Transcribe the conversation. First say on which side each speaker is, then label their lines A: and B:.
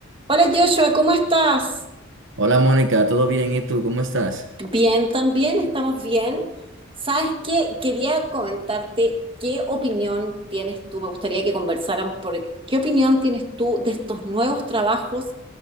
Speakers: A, on the right (about 25°); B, on the right (about 65°).
A: Hola Joshua, ¿cómo estás?
B: Hola Mónica, ¿todo bien? ¿Y tú? ¿Cómo estás?
A: Bien, también, estamos bien. ¿Sabes qué? Quería comentarte qué opinión tienes tú. Me gustaría que conversáramos por qué opinión tienes tú de estos nuevos trabajos